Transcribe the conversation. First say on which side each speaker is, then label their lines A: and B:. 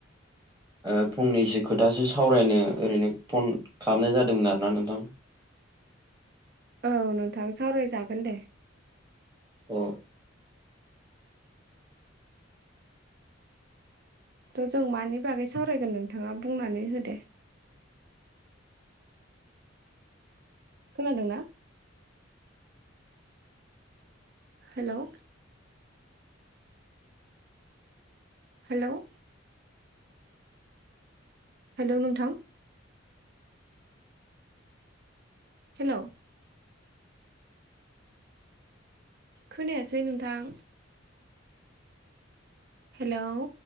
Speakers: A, on the right; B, on the right.
A: ओ फंनैसो खोथासो सावरायनो ओरैनो फन खामनाय जादोंमोन आरोना नोंथां
B: औ नोंथां सावरायजागोन दे
A: अ
B: त' जों मानि बागै सावरायगोन नोंथाङा बुंनानै हो दे खोनादोंना हेल' हेल' हेलौ नोंथां हेलौ खोनायासै‌ नोंथां हेलौ